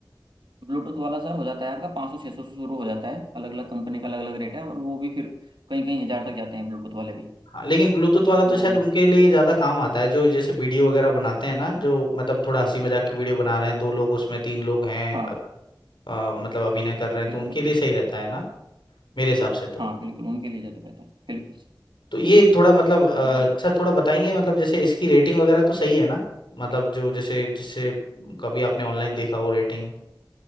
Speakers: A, on the right (about 80°); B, on the left (about 90°).
A: ब्लूटूथ वाला सर हो जाता है आपका पाँच सौ छः सौ से शुरू हो जाता है अलग अलग कंपनी का अलग अलग रेट है और वो भी फिर कहीं कहीं हज़ार तक जाते हैं ब्लूटूथ वाले भी
B: हाँ लेकिन ब्लूटूथ वाला तो
A: तो
B: शायद उनके लिए ज्यादा काम आता है जो जैसे वीडियो वगैरह बनाते हैं ना जो मतलब थोड़ा हंसी मजाक की वीडियो बना रहे हैं दो लोग उसमें तीन लोग हैं
A: हाँ
B: अगर अ, मतलब अभिनय कर रहे हैं
A: बिल्कुल
B: तो उनके लिए
A: बिल्कुल
B: सही
A: बिल्कुल
B: रहता है ना मेरे हिसाब से तो
A: हाँ बिल्कुल उनके लिए ज़्यादा बेहतर है, बिल्कुल सर
B: तो ये थोड़ा मतलब अ,
A: तो
B: सर थोड़ा बताएंगे मतलब जैसे इसकी रेटिंग वगैरह तो सही है ना मतलब जो जैसे जैसे कभी आपने ऑनलाइन देखा हो रेटिंग